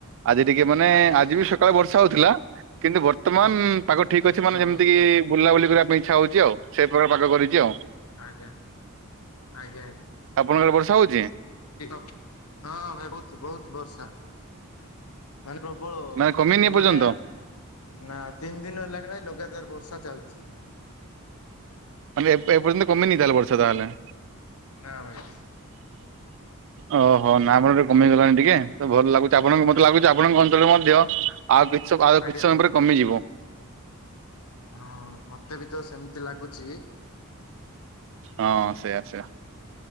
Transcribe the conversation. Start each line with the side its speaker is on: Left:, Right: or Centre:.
Right: ଆଜି ଟିକେ ମାନେ
Left: ଆଜ୍ଞା ଆଜ୍ଞା
Right: ଆଜି ବି ସକାଳେ ବର୍ଷା ହଉଥିଲା କିନ୍ତୁ ବର୍ତ୍ତମାନ
Left: ହୁଁ
Right: ପାଗ ଠିକ ଅଛି ମାନେ
Left: ହୁଁ
Right: ଯେମିତିକି ବୁଲାବୁଲି କରିବା ପାଇଁ ଇଚ୍ଛା ହଉଛି ଆଉ ସେ ପ୍ରକାର ପାକ କରିଛି ଆଉ
Left: ଆଜ୍ଞା ଆଜ୍ଞା
Right: ଆପଣଙ୍କର ବର୍ଷା ହଉଛି
Left: <inaudible> ହଁ ଭାଇ ବହୁତ ବହୁତ ବର୍ଷା ମାନେ ପ୍ରବଳ
Right: ନା କମିନି ଏପର୍ଯ୍ୟନ୍ତ
Left: ମାନେ ନା ତିନି ଦିନ ହେଲାଣି ଭାଇ ଲଗାତାର ବର୍ଷା ଚାଲିଛି
Right: ମାନେ ଏ-ଏପର୍ଯ୍ୟନ୍ତ କମେଇି ତାହେ ବର୍ଷ ତାହେଲେ
Left: ନା ଭାଇ
Right: ଓହୋ ନା ଆମର ଟିକେ କମି ଗଲାଣି ଟିକେ ଭଲ ଲାଗୁଛି ଆପଣଙ୍କୁ ମତେ
Left: ଆଜ୍ଞା
Right: ଲାଗୁଛି
Left: ଆଜ୍ଞା
Right: ଆପଣଙ୍କ ଅଞ୍ଚଳରେ ମଧ୍ୟ ଆଉ କି ଆଉ
Left: ଆଜ୍ଞା
Right: କିଛି ସମୟରେ କମିଯିବ
Left: ହଁ ମତେ ବି ତ ସେମିତି ଲାଗୁଛି
Right: ହଁ ସେଇଆା ସେଆ